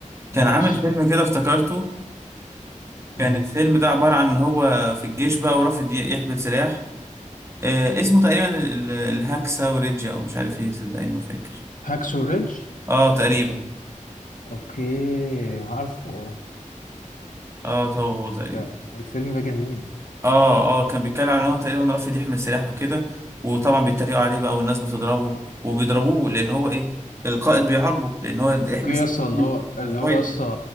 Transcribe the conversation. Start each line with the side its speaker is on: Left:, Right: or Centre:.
Right: كان
Left: ماشي
Right: عامل فيلم كده افتكرته
Left: مم.
Right: كان الفيلم ده عبارة عن ان هو في الجيش بقى ورافض ي- يحمل سلاح آه اسمه تقريبا ال- ال- الهاكسا وريجيا او مش عارف ايه صدقني ما فاكر
Left: هاكسو ريدج
Right: اه تقريبا
Left: اوكي عارفه
Right: اه هو هو تقريبا
Left: ده الفيلم ده جميل
Right: اه اه كان بيتكلم عن ان هو تقريبا رافض يحمل سلاح وكده وطبعا بيتريقوا عليه بقى والناس بتضربه وبيضربوه لان هو ايه القائد بيعاقبه لان هو يحمل
Left: اوكي يا
Right: سلاح
Left: اسطى اللي
Right: <laughs>
Left: هو اللي
Right: وقائد
Left: هو يا اسطى
Right: إيه؟